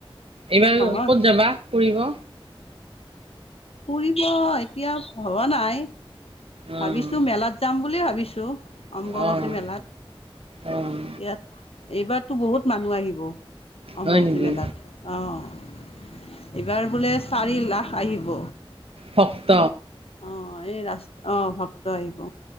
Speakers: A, on the right; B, on the left.
A: এইবাৰ
B: সহজ
A: ক'ত যাবা ফুৰিব
B: ফুৰিব এতিয়া ভবা নাই
A: অ',
B: ভাবিছোঁ মেলাত যাম বুলি ভাবিছোঁ অম্বুবাচী
A: অ',
B: মেলাত
A: অ',
B: ইয়াত। এইবাৰতো বহুত মানুহ আহিব অম্বুবাচী
A: হয় নেকি?
B: মেলাত, অ'। এইবাৰ বোলে চাৰি লাখ আহিব
A: ভক্ত।
B: অ' এই ৰাস্ত অ' ভক্ত আহিব।